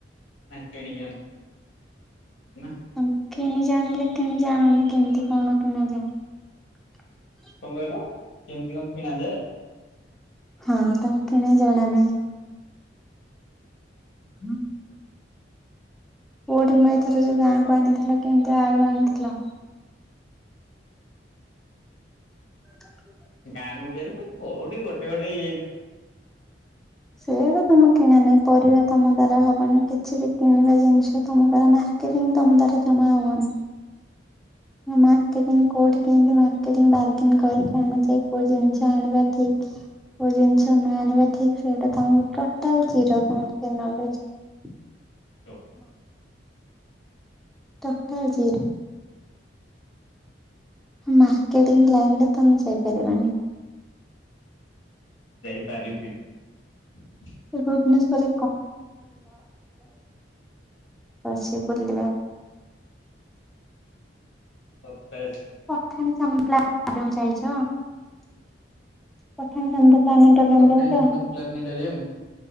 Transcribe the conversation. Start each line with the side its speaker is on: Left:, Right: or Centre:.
Left: କିଣିନ। ହେ ନା।
Centre: ତାଙ୍କୁ କିଣି ଜାଣିଲେ କିଣି ଜାଣୁନି କେମିତି କଣ କିଣା ଯାଏ।
Left: କଣ କହିଲ କେମିତି କଣ ପଣ ଯେ
Centre: ହଁ ତାଙ୍କୁ କେମ ଜଣା ନାହିଁ
Left: <inaudible>
Centre: ହୁଁ। କଉଠି ମାଇ ଥର ଯୋଉ ଗାଁକୁ ଆଣିଥିଲ କେମିତି ଆଗକୁ ଆଣିଥିଲ <inaudible>
Left: ଗାଁକୁ ଯୁ କୋଉଠି ଗୋଟେ ଗୋଟେ ହେଇଯାଇଯିବ
Centre: ସେଇଟା ତମେ କିଣ ନାହିଁ ପରିବା ତମ ଦ୍ଵାରା ହ ହବନି କିଛି ବି କିଣିବା ଜିନିଷ ତମ ଦ୍ଵାରା ମାର୍କେଂ ତମ ଦ୍ଵାରା ଜମା ହବନି। ମାର୍କେଂ କୋଉଠି କେମତି ମକେ ବାର୍ଗେନ୍ କରିକି ଆଣଯାଏ କୋଉ ଜିନିଷ ଆଣିବା ଠିକ କୋଉ ଜିନିଷ ନ ଆଣିବା ଠିକ ସେଇଟା ତାଙ୍କୁ ଟୋଟାଲ କ୍ଷର ଦ ନବେଷ୍ଟ
Left: ଚ
Centre: <inaudible> ମାର୍କେଟିଂ ଲଣ୍ଡ ତ ସେ କରିିବନି।
Left: ଯାଇପାରିବିନି।
Centre: ଭୁବନେଶ୍ଵରରେ ଅ ସେ ବୁଲିବା
Left: ମ୍
Centre: ପଠାଣି ଯାଇଛ ପଠାଣି ସାମନ୍ତ ପ୍ଲାନେଟୋରିୟମ
Left: ପଠାଣି
Centre: ଯାଇଛ?
Left: ସାମନ୍ତ ପ୍ଲାନେଟରିୟମ